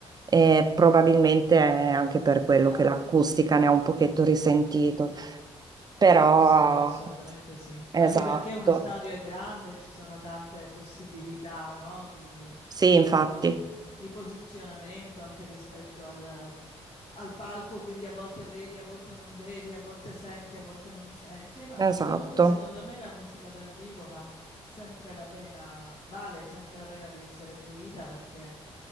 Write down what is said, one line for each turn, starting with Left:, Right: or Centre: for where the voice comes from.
Right: E probabilmente è anche per quello
Left: Ah.
Right: che l'acustica ne ha un pochetto risentito. Però,
Left: È possibile, assolutamente sì.
Right: esatto,
Left: Anche perché uno stadio è grande e ci sono tante possibilità, no, di
Right: sì, infatti,
Left: eh, di posizionamento anche rispetto al, al palco, quindi a volte vedi, a volte non vedi, a volte senti, a volte non senti. E vabbè.
Right: esatto.
Left: Comunque, secondo me, la musica dal vivo va sempre la pena, vale sempre la pena di essere fruita perché,